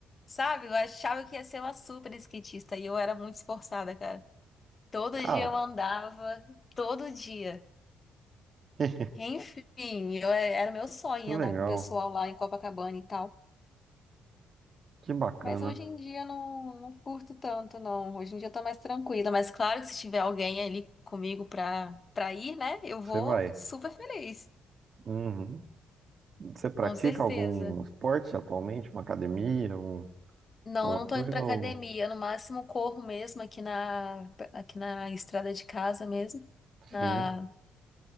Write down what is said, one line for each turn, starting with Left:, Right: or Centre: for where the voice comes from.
Left: Sabe, eu achava que ia ser uma super skatista e eu era muito esforçada, cara. Todo
Right: ah,
Left: dia eu andava, todo dia.
Right: <laughs>
Left: Enfim, eu, era meu sonho
Right: que legal,
Left: andar com o pessoal lá em Copacabana e tal.
Right: que bacana.
Left: Mas hoje em dia eu não, não curto tanto, não. Hoje em dia eu tô mais tranquila. Mas claro que se tiver alguém ali comigo pra, pra ir, né? Eu
Right: Você
Left: vou
Right: vai.
Left: super feliz,
Right: Uhum. Você pratica
Left: com certeza.
Right: algum esporte atualmente? Uma academia? Um,
Left: Não,
Right: alguma
Left: eu não
Right: coisa?
Left: tô indo pra academia.
Right: Ou...
Left: No máximo corro mesmo aqui na, aqui na estrada de casa mesmo
Right: Sim.
Left: na